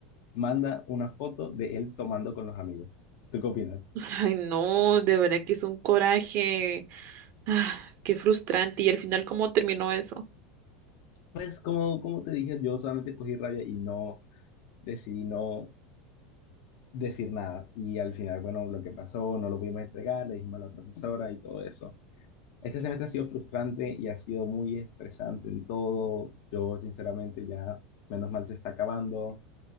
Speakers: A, on the left; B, on the right.
A: manda una foto de él tomando con los amigos. ¿Tú qué opinas?
B: Ay, no, de verdad que es un coraje. Ah, qué frustrante. Y al final, ¿cómo terminó eso?
A: Pues como, como te dije, yo solamente cogí rabia y no decidí no decir nada. Y al final, bueno, lo que pasó, no lo pudimos entregar, le dijimos a la profesora y todo eso. Este semestre ha sido frustrante y ha sido muy estresante en todo. Yo, sinceramente, ya menos mal se está acabando,